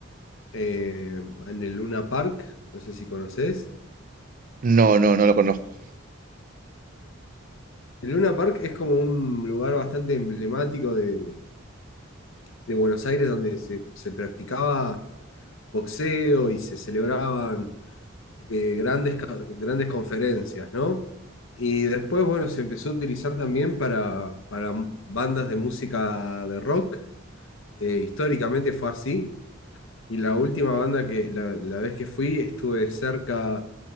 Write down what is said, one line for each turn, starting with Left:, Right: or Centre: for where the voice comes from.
Left: eh, en el Luna Park. No sé si conoces.
Right: No, no, no lo conozco.
Left: El Luna Park es como un lugar bastante emblemático de, de Buenos Aires donde se, se practicaba boxeo y se celebraban de grandes, ca- grandes conferencias, ¿no? Y después, bueno, se empezó a utilizar también para, para bandas de música de rock. Eh, históricamente fue así. Y la última banda que, la, la vez que fui, estuve cerca